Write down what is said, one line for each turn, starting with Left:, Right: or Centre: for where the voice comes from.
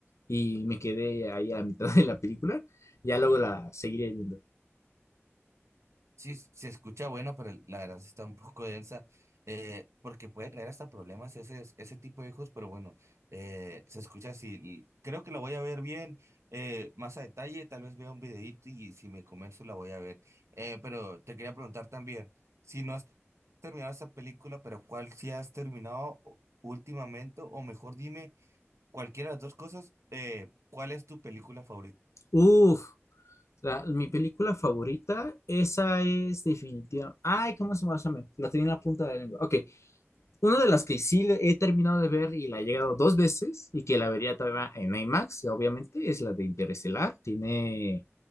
Left: Y me quedé ahí a mitad de la película. Ya luego la seguiré viendo.
Right: Sí, se escucha bueno, pero la verdad sí está un poco densa, eh, porque puede traer hasta problemas ese, ese tipo de hijos, pero bueno, eh, se escucha así. y Creo que la voy a ver bien, eh, más a detalle, tal vez vea un videíto y si me convenzo la voy a ver. Eh, pero te quería preguntar también, si no has terminado esa película, pero ¿cuál sí has terminado o- últimamente? O mejor dime, cualquiera de las dos cosas, eh, ¿cuál es tu película favorita?
Left: Uf, La- mi película favorita, esa es definitiva. Ay, ¿cómo se llama? Se me- La tenía en la punta de la lengua. Ok, una de las que sí le- he terminado de ver y la he llegado dos veces y que la vería todavía en IMAX, obviamente, es la de Interestelar. Tiene,